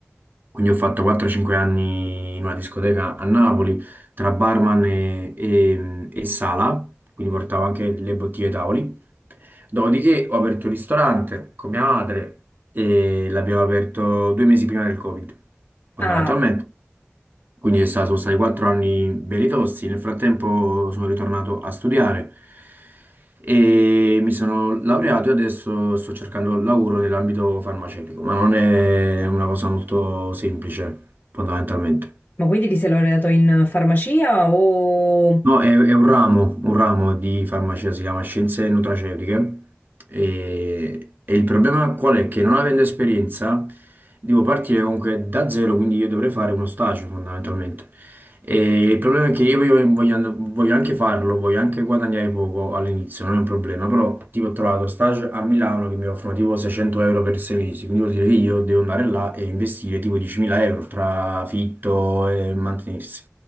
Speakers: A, on the right; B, on the left.
A: Quindi ho fatto 4-5 anni in una discoteca a Napoli tra barman e, e- e sala, quindi portavo anche le bottiglie ai tavoli. Dopodiché ho aperto un ristorante con mia madre e l'abbiamo aperto due mesi prima del Covid, fondamentalmente.
B: ah,
A: Quindi è stato- sono stati 4 anni belli tosti. Nel frattempo sono ritornato a studiare e mi sono laureato e adesso sto cercando lavoro nell'ambito farmaceutico, ma non è una cosa molto semplice, fondamentalmente.
B: ma quindi ti sei laureato in farmacia o
A: No, è, è un ramo, un ramo di farmacia, si chiama scienze nutraceutiche e, e il problema qual è? Che non avendo esperienza devo partire comunque da zero, quindi io dovrei fare uno stage fondamentalmente. E il problema è che io voglio, voglio and- voglio anche farlo, voglio anche guadagnare poco all'inizio, non è un problema, però tipo ho trovato stage a Milano che mi offrono tipo 600 euro per sei mesi, quindi vuol dire che io devo andare là e investire tipo 10.000 euro tra affitto e mantenersi.